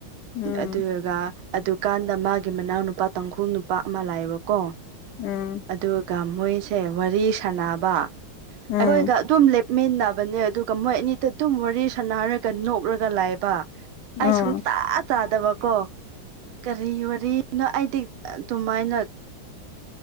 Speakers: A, on the left; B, on the right.
A: ꯎꯝ
B: ꯑꯗꯨꯒꯒ ꯑꯗꯨꯀꯥꯟꯗ ꯃꯥꯒꯤ ꯃꯅꯥꯎ ꯅꯨꯄꯥ ꯇꯥꯡꯈꯨꯜ ꯅꯨꯄꯥ ꯑꯃ ꯂꯥꯛꯑꯦꯕꯀꯣ
A: ꯑꯥ
B: ꯑꯗꯨꯒ ꯃꯣꯏꯁꯦ ꯋꯥꯔꯤ ꯁꯥꯟꯅꯕ
A: ꯎꯝ ꯎꯝ
B: ꯑꯩꯈꯣꯏꯒ ꯑꯗꯨꯝ ꯂꯦꯞꯃꯤꯟꯅꯕ ꯑꯗꯨꯒ ꯃꯣꯏ ꯑꯅꯤꯗ ꯑꯗꯨꯝ ꯋꯥꯔꯤ ꯁꯅꯔꯒ ꯅꯣꯛꯂꯒ ꯂꯥꯛꯑꯕ
A: ꯑꯥ
B: ꯑꯩ ꯁꯨꯡꯇ ꯆꯥꯗꯕ ꯀꯣ ꯀꯔꯤꯅꯣ ꯃꯇꯛ ꯑꯗꯨꯃꯥꯏꯅ